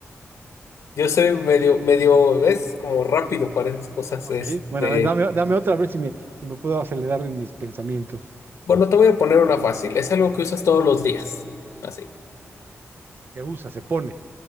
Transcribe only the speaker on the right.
Ok,
bueno, a ver, dame, dame otra, a ver si me, si me puedo acelerar en mis pensamientos.
se usa, se pone.